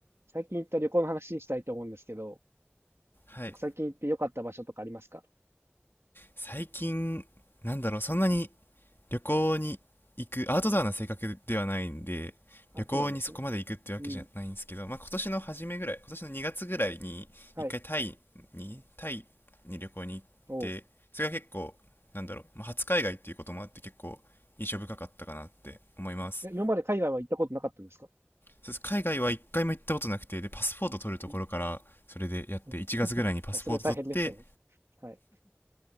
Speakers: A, on the right; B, on the left.
A: 最近行った旅行の話したいと思うんですけど、
B: はい
A: 最近行って良かった場所とかありますか
B: 最近なんだろうそんなに旅行に行くアウトドアな性格ではないんで旅行にそこまで行くってわけじゃないんですけど、
A: あ、そうなんですね。うん。
B: まあ、今年の初めぐらい今年の2月ぐらいに一回タイにタイに旅行に行ってそれが結構なんだろう、
A: はい。おう。
B: まあ、初海外っていうこともあって結構印象深かったかなって思います
A: え今まで海外は行ったことなかったんですか
B: そうです海外は一回も行ったことなくてでパスポート取るところからそれでやって1月ぐらいにパスポート取って
A: んうんあ、それは大変でしたね。はい。